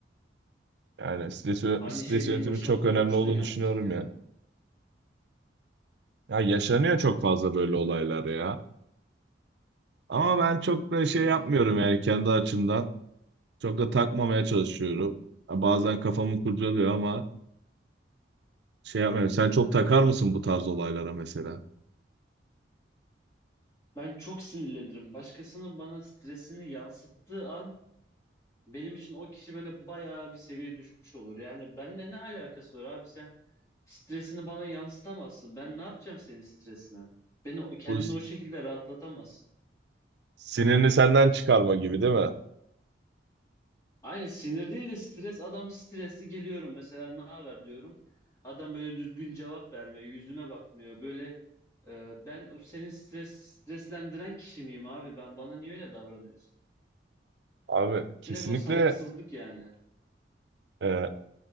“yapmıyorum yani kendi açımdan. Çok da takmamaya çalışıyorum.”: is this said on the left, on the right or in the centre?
Right